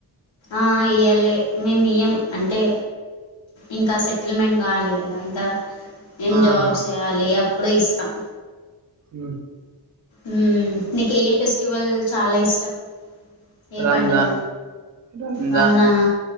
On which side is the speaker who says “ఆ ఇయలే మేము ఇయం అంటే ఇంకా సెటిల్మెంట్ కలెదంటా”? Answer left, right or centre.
Left